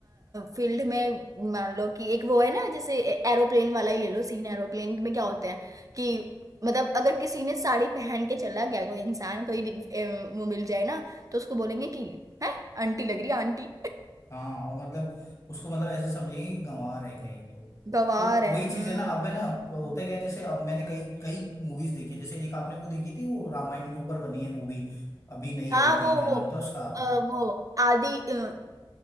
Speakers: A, on the right (about 40°); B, on the left (about 35°).
A: फील्ड में मान लो कि एक वो है ना जैसे एरोप्लेन वाला ही ले लो सीन एरोप्लेन में क्या होता है कि मतलब अगर किसी ने साड़ी पहन के चला गया कोई इंसान कोई अ, वो मिल जाए ना तो उसको बोलेंगे कि "हैं? आंटी लग रही है आंटी
B: हाँ और मतलब उसको मतलब ऐसे समझेंगे कि गंवा रहे कहीं तो
A: गवार
B: तो
A: है
B: वही चीज
A: हम्म
B: है ना अब है ना वो होता क्या है जैसे अब मैंने कई कई मूवीज देखी हैं। जैसे एक आपने वो देखी थी वो रामायण के ऊपर बनी है मूवी अभी नई
A: हाँ
B: आई थी
A: वो
B: क्या
A: वो
B: नाम था उसका
A: अ, वो आदि अ,